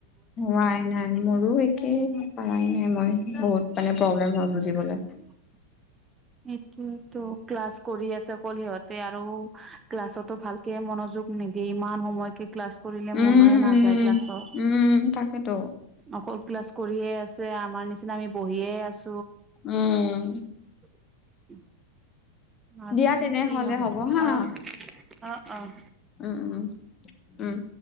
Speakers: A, on the left (about 25°); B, on the right (about 20°).
A: নাই নাই মোৰো একেই পাই নাই মই বহুত মানে প্ৰব্লেম হ বু বলে
B: <inaudible> সেইটোয়েটো ক্লাছ কৰি আছে অকল সিহতে আৰু ক্লাছতো ভালকে মনযোগ নিদিয়ে ইমান সময়কে ক্লাছ কৰিলে
A: উম,
B: মন নাযায়
A: উম,
B: ক্লাছৰ
A: উম, তাকেতো
B: অকল ক্লাছ কৰিয়ে আছে আমাৰ নিচিনা আমি বহিয়ে আছো
A: উম
B: উ মাজো
A: দিয়া তেনেহ'লে
B: কি হ'ব
A: হা
B: আহ আহ আহ
A: উম উম উম